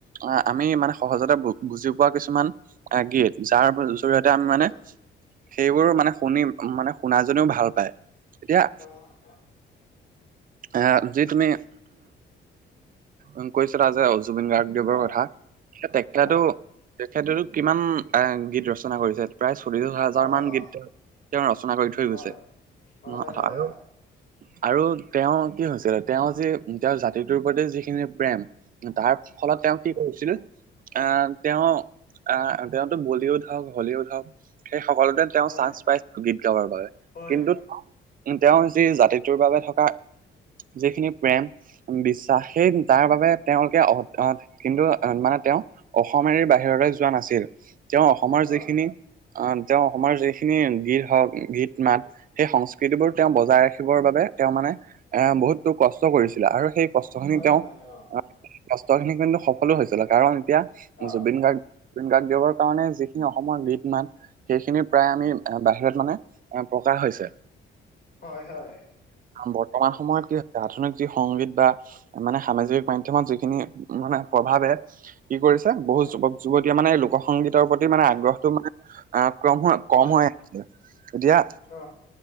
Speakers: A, on the right; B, on the left.
A: অ আমি মানে সহজতে বুজি পোৱা কিছুমান গীত যাৰ জৰিয়তে আমি মানে
B: হয়
A: সেইবোৰ মানে শুনিম মানে শুনাজনীও ভাল পায় এতিয়া
B: হয় হয়
A: এ যি তুমি উম কৈছিলা যে জুবিন গাৰ্গ দেৱৰ
B: অ অ
A: কথা তেখেতেও
B: হয়,
A: তেখেতেটো কিমান এ গীত ৰচনা কৰিছে৷ প্ৰায় চল্লিশ হাজাৰ
B: হয়,
A: মান
B: অ,
A: গীত তেওঁ-তেওঁ ৰচনা কৰি থৈ
B: হয়,
A: গৈছে
B: হয়,
A: ন
B: হয়,
A: আৰু
B: অ,
A: আৰু তেওঁ কি হৈছিল তেওঁ যি তেওঁৰ জাতিটোৰ প্ৰতি যিখিনি প্ৰেম তাৰ ফলত তেওঁ কি কৰিছিল আহ তেওঁ আহ তেওঁতো বলিউড হওক হলিউড হওক সেই সকলোতে তেওঁ
B: হয়,
A: চান্স পাইছিল গীত গাবৰ বাবে
B: হয়,
A: কিন্তু উ তেওঁ জাতিটোৰ বাবে থকা যিখিনি প্ৰেম বিশ্বাস সেই তাৰ বাবে তেওঁলোকে আহ <unintelligible> কিন্তু মানে তেওঁ অসম এৰি বাহিৰলৈ যোৱা নাছিল তেওঁ অসমৰ
B: হয়, অ,
A: যিখিনি আহ তেওঁ অসমৰ যিখিনি গীত হওক গীত মাত সেই সংস্কৃতি বোৰ তেওঁ বজাই ৰাখি ৰাখিবৰ বাবে তেওঁ মানে এ বহুতো কষ্ট কৰিছিলে আৰু সেই কষ্ট খিনি
B: হয়,
A: তেওঁ
B: হয়, অ,
A: আহ কষ্ট খিনি কিন্তু সফলো হৈছিলে কাৰণ এতিয়া
B: অ,
A: জুবিন গাৰ্গ জুবিন গাৰ্গ দেৱৰ কাৰণে যিখিনি অসমৰ গীত মাত সেইখিনি প্ৰায় আমি বাহিৰত মানে এ প্ৰকাশ হৈছে৷
B: হয়-হয়
A: বৰ্তমান সময়ত কি আধুনিক যি সংগীত বা মানে সামাজিক মাধ্যমত যিখিনি মানে প্ৰভাৱে কি কৰিছে বহুত
B: হয়,
A: যুৱক যুৱতীয়ে মানে এই লোকসংগীতৰ প্ৰতি মানে আগ্ৰহটো মানে আহ ক্ৰম হৈ কম
B: হয়,
A: হৈ আছে এতিয়া
B: অ,